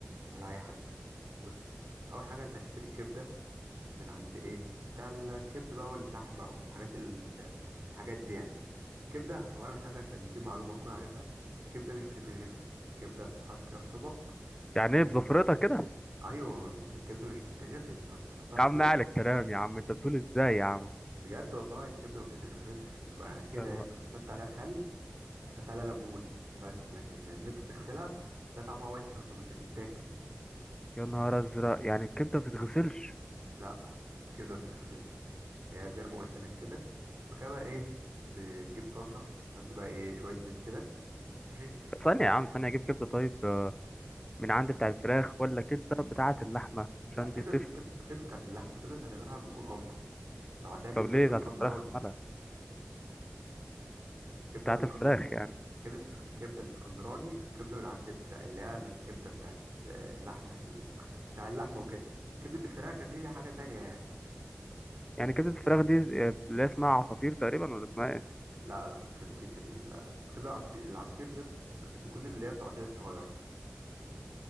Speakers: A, on the right; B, on the left.
A: ولا اي حد بص اول حاجة انت هتشتري الكبدة من عند ايه بتاع الكبد بقى واللحمة والحاجات ال... الحاجات دي يعني كبدة اولا حاجة عشان دي معلومة تكون عارفها كبدة مش بتتغسل كبدة بتتحط كده في طبق
B: يعني
A: تحطها
B: ايه بزفرتك كده
A: ايوه بت- الكبدة مش بتتغسل لو انت بتحطها في
B: يا عم
A: طبق
B: اعلى الكلام يا عم انت بتقول ازاي يا عم
A: بجد والله الكبدة ما بتتغسلش بتبقى كده
B: يا نهار
A: هي بس تحط عليها خل تحط عليها ليمون بس لكن ان انت تغسلها هتلاقي طعمها وحش اصلا مش هتتاكل
B: يا نهار ازرق يعني الكبده ما بتتغسلش
A: لا كده ما بتتغسلش هي زي ما قلت لك كده فكده بقى ايه بتجيب طاسه تحط بقى ايه شويه زيت كده ماشي
B: ثانيه يا عم ثانيه اجيب كبده طيب آه، من عند بتاع الفراخ ولا كبده بتاعه اللحمه عشان
A: لا كده
B: دي بتفرق
A: كب- كده بتاعت اللحمه كده بتاعت اللحمه بتكون افضل لو هتعمل
B: طب
A: كبده
B: ليه بتاعه
A: اسكندراني
B: الفراخ مالها
A: الكبده
B: بتاعه
A: الاسكندر
B: الفراخ يعني
A: كبده الاسك- الكبده الاسكندراني الكبده من عند بتاع اللي هي الكبده بتاعت اللحمه ال- بتاع اللحمه وكده كبده الفراخ دي حاجه تانية يعني
B: يعني كبده الفراخ دي آه، اللي اسمها عصافير تقريبا ولا اسمها ايه
A: لا لا كبدة ال كبدة العصافير العصافير دي يص- بيكون اللي هي التقطيع الصغيرة